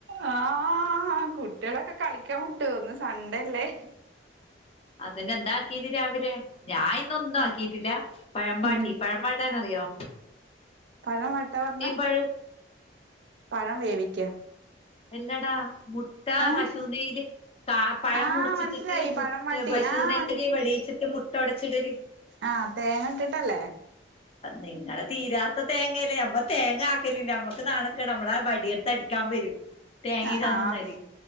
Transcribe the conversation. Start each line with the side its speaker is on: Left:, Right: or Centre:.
Right: ആഹ് ഹാ ഹാ കുട്ടിയാളൊക്കെ കളിക്കാൻ വിട്ടു ഇന്ന് സണ്ടല്ലേ.
Left: അതിന് എന്താക്കീന് രാവിലെ ഞാൻ ഇന്ന് ഒന്നും ആക്കീട്ടില്ല. പഴം വാട്ടി
Right: ഉം
Left: പഴമ്പാട്ടാന്നറിയോ?
Right: പഴംവാട്ടാ പർഞ്ഞ
Left: പഴവും
Right: പഴം വേവിക്ക
Left: എല്ലടാ മുട്ട
Right: ഏഹ്
Left: പശുനെയ്യില് കാ പഴം
Right: ആഹ്
Left: മുറിച്ചിട്ടിട്ട്
Right: മനസ്സിലായി
Left: മുട്ട്
Right: പഴം വാട്ടി
Left: പശുനെയ്യില്
Right: ആഹ്
Left: വെളിയിച്ചിട്ട് മുട്ട ഒടച്ചിടല്.
Right: ആ തേങ്ങ ഇട്ട്ട്ടല്ലേ?
Left: അത്‌ നിങ്ങളെ തീരാത്ത തേങ്ങല്ലേ നമ്മ തേങ്ങ ആക്കല് ഇല്ല നമ്മക്ക് നാണക്കേടാ നമ്മളെ വടിയെട്ത്ത് അടിക്കാൻ വരും. തേങ്ങടാനിന്നാല്
Right: ആഹ് ആഹ്